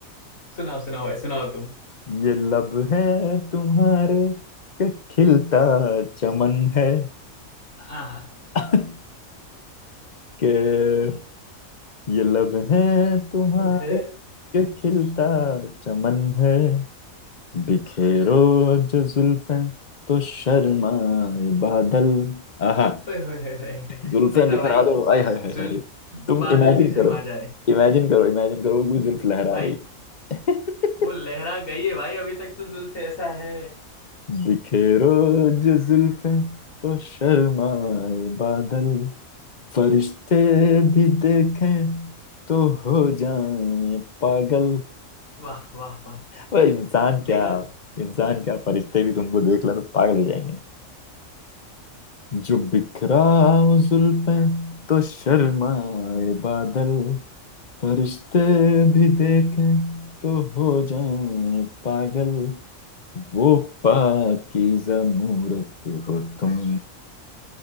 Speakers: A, on the left; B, on the left.
A: सुनाओ सुनाओ भाई सुनाओ तुम
B: ये लब है तुम्हारे के खिलता चमन है
A: आ
B: <laughs> के ये लब है तुम्हारे
A: जब है
B: के खिलता चमन है बिखेरो जो जुल्फें तो शर्माए बादल आहा
A: ओए होए होए होए।
B: जुल्फें
A: देखा
B: बिखरा
A: भाई
B: दो आय हाय
A: जुल्फ
B: हाय हाय
A: बादल
B: तुम इमेजिन
A: भी शर्मा
B: करो
A: जाए
B: इमेजिन करो इमेजिन करो कोई जुल्फ लहरा
A: भाई
B: रही है <laughs>
A: वो लहरा गई है भाई अभी तक तो जुल्फ ऐसा है
B: बिखेरो जो जुल्फें तो शर्माए बादल फरिश्ते भी देखें तो हो जाएं पागल
A: वाह वाह वाह
B: ओए इंसान क्या
A: देखा
B: इंसान क्या फरिश्ते भी तुमको देख लें तो पागल हो जाएंगे जो बिखरा हो जुल्फें तो शर्माए बादल फरिश्ते भी देखें तो हो जाएं पागल वो पाकीज़ा मूरत हो तुम